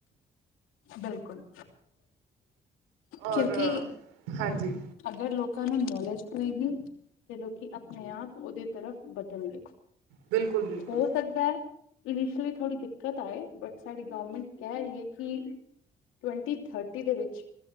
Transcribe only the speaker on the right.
ਔਰ ਹਾਂਜੀ
ਬਿਲਕੁਲ ਬਿਲਕੁਲ